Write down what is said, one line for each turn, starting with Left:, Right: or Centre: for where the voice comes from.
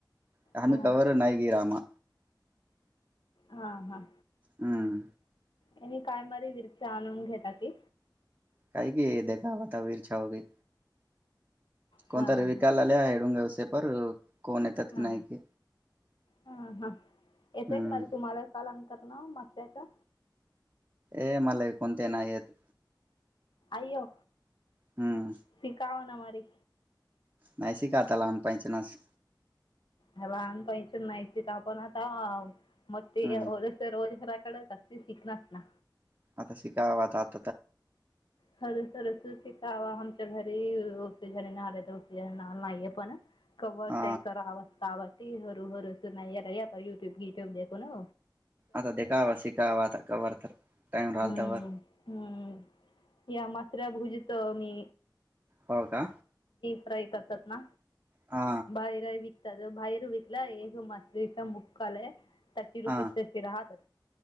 Right: त्याम
Left: हा
Right: कावरवर नायकी रामा
Left: हा हा.
Right: हमं.
Left: आणि कायमारी विरच्या आणून घेता की,
Right: काय की देखावतावीरछा होगई कोणतरी
Left: हा हा
Right: विकालाल्या हडून ते पर कोण येतात
Left: हा
Right: की नाही की
Left: हा हा येतेय
Right: हम्म
Left: कि माझ तुम्हाला काल करतना मास्त्याच्या
Right: ए मला कोणते नाही येत
Left: आओ
Right: हम्म
Left: शिकावा ना मारे
Right: नाहीसे का आता लहानपहिचनास
Left: लहानपणीचे नायशि टॉप पण आता म ते
Right: हम्म
Left: हॉलसे रोज हराकडच आती शिकणास ना.
Right: आता शिकावाचा आत
Left: खरं तरर सु शिकावा आमच्या घरी रोज त्ये घर ना आहे तरती नाव नाहीये पण, कवाच्याईकरआवस्ताव
Right: अ
Left: ती हरू हर सुना याला या आप युट्युब घीट्यूब देख न
Right: आता देखावा शिकावा आता कवारतर टाइम राहिल
Left: हम्म
Right: तेव्हा
Left: हम्म या मा दुसऱ्या भुजित अ.. मी
Right: हो का
Left: ट्राई करतात ना
Right: हा
Left: बाहेर आयवि तर बाहेर विकला आहे जुमात्रीचा मुक्कालय थर्टी रुपीज
Right: हा
Left: तशी राहातात.